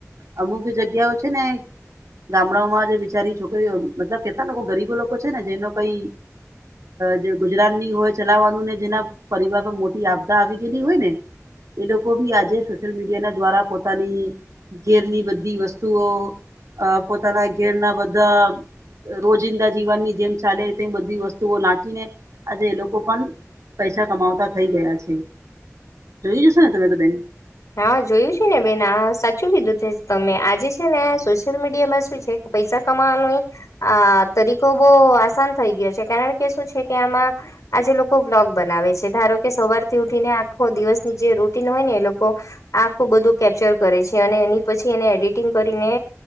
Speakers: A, on the right; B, on the left.
A: અમુક જગ્યાઓ છે ને ગામડાઓમાં જે બીચારી છોકરીઓ મતલબ કેટલા લોકો ગરીબો લોકો છે ને જેનો કઈ જે ગુજરાત ની હોય ચલાવવાનું ને જેના પરિવાર પર મોટી આપદા આવી ગયેલી હોય ને એ લોકો બી આજે સોશિયલ મીડિયા ના દ્વારા પોતાની ઘેરની બધી વસ્તુઓ અ પોતાના ઘેરના બધા રોજિંદા જીવનની જેમ ચાલે તેમ બધી વસ્તુઓ નાખીને આજે એ લોકો પણ પૈસા કમાવતા થઈ ગયા છે જોઈ જશો તમે તો બેન
B: હા જોયું છે ને બેન સાચું કીધું છે તમે આજે છે ને સોશિયલ મીડિયા માં શું છે પૈસા કમાવાનું ઈ આ તરીકો બહુ આસાન થઈ ગયો છે કારણ કે શું છે કે આમાં આજે લોકો બ્લોગ બનાવે છે ધારો કે સવાર થી ઉઠીને આખો દિવસની જે રૂટીન હોય ને એ લોકો કો આખું બધું કેપ્ચર કરે છે અને એની પછી એને એડિટિંગ કરીને